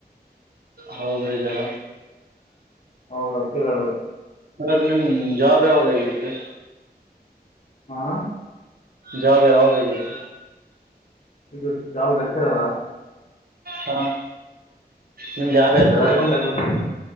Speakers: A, on the right; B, on the left.
A: ಹೌದ್ರೀ ಜರ
B: ಹೌದ‌ ಅದಕ್ಕೆ ಹೇಳಿದೆ
A: ಸರ್ ನಿಮ್ ಜಾಬ್ ಯಾವಾಗ ಆಗಿತ್ತು
B: ಹಾ
A: ಜಾಬ್ ಆವಾಗ ಆಗೈತ್ತಿ
B: ಇದು ಜಾಬ್ ಲಕ್ಕಚ್ಚರರ್
A: ಹಾ ನಿಮ್ ಜಾಬ್
B: ಲಕ್ಕಚರಾಗಿ
A: ಯಾತ್ರಿ ಸರ್
B: ಒಂದ್ ಐದ್ ವರ್ಷ